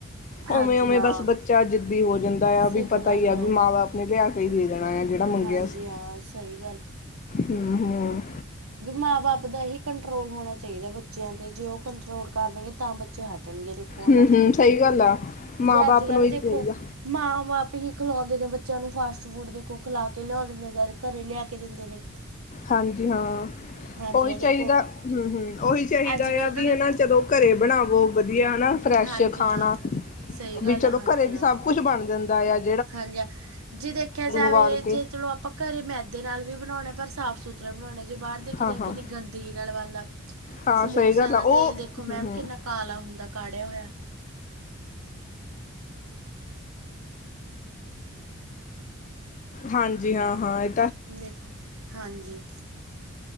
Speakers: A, on the left; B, on the right.
A: ਉਵੇਂ
B: ਹਾਂਜੀ
A: ਉਵੇਂ
B: ਹਾਂ
A: ਬਸ ਬੱਚਾ ਜਿੱਦੀ ਹੋ, ਜਾਂਦਾ ਆ
B: ਸਿੱਖਦਾ
A: ਵੀ ਪਤਾ ਈ
B: ਹੀ
A: ਆ
B: ਜਾਊਗਾ
A: ਵੀ ਮਾਂ- ਬਾਪ ਲਿਆ ਕੇ ਹੀ ਦੇ ਦੇਣਾ ਆ, ਜਿਹੜਾ ਮੰਗਿਆ
B: ਹਾਂਜੀ
A: ਸੀ
B: ਹਾਂ ਸਹੀ
A: ਹੂੰ ਹੂੰ
B: ਮਾਂ- ਬਾਪ ਦਾ ਹੀ ਕੰਟਰੋਲ ਹੋਣਾ ਚਾਹੀਦਾ ਬੱਚਿਆਂ ਤੇ। ਜੇ ਉਹ ਕੰਟਰੋਲ ਕਰਨਗੇ, ਤਾਂ ਬੱਚੇ ਹਟਣਗੇ। ਕੋ
A: ਹਮ
B: ਨਾ
A: ਹਮ ਸਹੀ ਗੱਲ ਆ ਮਾਂ
B: ਜੇ
A: ਬਾਪ
B: ਅੱਜ ਕੱਲ੍ਹ
A: ਨੂੰ ਹੀ
B: ਦੇਖੋ
A: ਚਾਹੀਦਾ
B: ਮਾਂ ਬਾਪ ਹੀ ਖਿਲਾਉਂਦੇ ਨੇ ਬੱਚਿਆਂ ਨੂੰ ਫਾਸਟ ਫੂਡ ਦੇਖੋ ਖਿਲਾ ਕੇ ਲਿਆਉਂਦੇ ਨੇ ਜ਼ਦਾ ਘਰ ਲਿਆ ਕੇ ਦਿੰਦੇ ਨੇ।
A: ਹਾਂਜੀ ਹਾਂ,
B: ਹਾਂਜੀ
A: ਉਹੀ
B: ਹਾਂ
A: ਚਾਹੀਦਾ,
B: ਦੇਖੋ
A: ਹੂੰ-ਹੂੰ ਉਹੀ ਚਾਹੀਦਾ
B: ਅੱਜ-ਕੱਲ੍ਹ
A: ਆ ਵੀ
B: ਤਾਂ ਦੇਖੋ
A: ਹਨਾ ਜਦੋਂ ਘਰੇ ਬਣਾਵੋ ਵਧੀਆ ਹਨਾ ਫਰੈਸ਼
B: ਹਾਂਜੀ
A: ਖਾਣਾ,
B: ਹਾਂ ਸਹੀ
A: ਵੀ
B: ਗੱਲ
A: ਚਲੋ
B: ਆ ਹਾਂਜੀ
A: ਘਰੇ ਵੀ
B: ਹਾਂ
A: ਸਭ ਕੁਛ ਬਣ ਜਾਂਦ ਇਆ <unintelligible>
B: ਹਾਂਜੀ ਜੇ ਦੇਖਿਆ ਜਾਵੇ
A: ਉਬਾਲ
B: ਜੇ
A: ਕੇ
B: ਚਲੋ ਆਪਾਂ ਘਰੇ ਮੈਦੇ ਨਾਲ ਵੀ ਬਣਾਉਣੇ ਪਰ ਸਾਫ਼-ਸੁਥਰਾ ਬਣਾਉਣੇ। ਜੇ ਬਾਰ ਦੇਖਿਆ
A: ਹਾਂ
B: ਜਾਵੇ
A: ਹਾਂ
B: ਕਿੰਨੀ ਗੰਦਗੀ ਨਾਲ ਬਣਦਾ।
A: ਹਾਂ
B: ਸਮੋਸਿਆਂ
A: ਸਹੀ ਗੱਲ
B: ਦਾ
A: ਆ ਉਹ
B: ਤੇਲ ਦੇਖੋ ਮੈਮ
A: ਹਮ ਹਮ
B: ਕਿੰਨਾ ਕਾਲਾ ਹੁੰਦਾ ਕਾੜਿਆ ਹੋਯਾ।
A: ਹਾਂਜੀ ਹਾਂ ਹਾਂ ਈਹ
B: ਵੇਖੋ, ਹਾਂਜੀ।